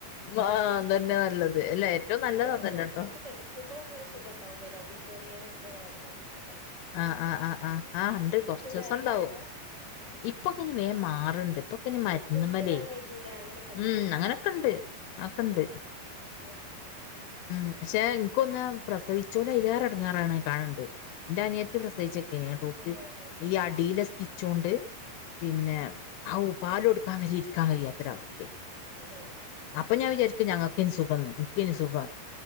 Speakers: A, on the left; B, on the right.
A: ആ അതന്നെ നല്ലത്. അല്ല ഏറ്റവും
B: പിന്നെ
A: നല്ലത് അതന്നെട്ടോ
B: ഈ പ്രസവിച്ച് കടക്കുമ്പോളൊന്നൊരു സുഖം ഉണ്ടാവൂല്ലല്ലോ സിക്സോറിയേെ നല്ല വേദനെക്കാരം.
A: ആ ആ ആ ആ ഇണ്ട്
B: സ്റ്റിച്ചും
A: കൊറച്ചോസം
B: കാര്യങ്ങളൊക്കെ
A: ണ്ടാവും. ഇപ്പൊക്കെ വേം മാറണ്ട് ഇപ്പൊ. ഇപ്പൊ ആ
B: ഉം
A: മരുന്നുമ്മല്
B: കുമ്പിടാൻ കഴിയൂല അങ്ങനെയൊക്കെ ഇണ്ടാ
A: മ് അങ്ങനൊക്കെ ഇണ്ട്. ആകണ്ട്.
B: ഉം ഉം. മ്
A: ഉം പക്ഷെ ഇനിക്കൊന്ന താ പ്രസവിചോലെ അയിലേറെ എടങ്ങേറാണ് കാണണ്ട് എന്റെ അനിയത്തി പ്രസവിച്ച് യെ
B: ആഹ്
A: ഈ അടിലെ -സ്ലിച്ച്. ച്ചൊണ്ട് പിന്നെ ഹൗപാൽ കൊടുക്കാൻ വരെ ഇരിക്കാൻ കഴിയാത്തൊരവസ്ഥ.
B: ആഹ്
A: അപ്പൊ ഞാൻ വിചാരിക്കും ഞങ്ങൾക്ക്കെനി സുഖംന്ന്. ഇനിക്കെനി സുഖം.